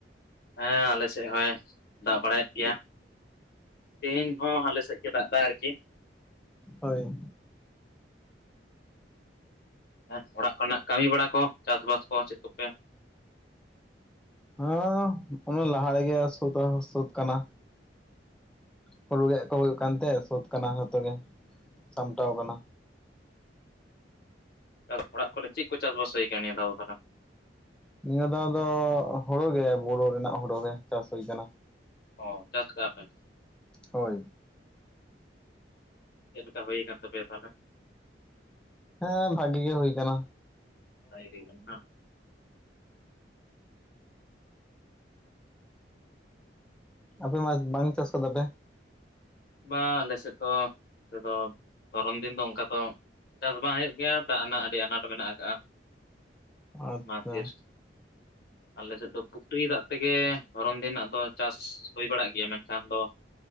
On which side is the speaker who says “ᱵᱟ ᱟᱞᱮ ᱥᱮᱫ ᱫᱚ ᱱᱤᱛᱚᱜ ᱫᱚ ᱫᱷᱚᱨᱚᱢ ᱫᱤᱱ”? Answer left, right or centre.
Left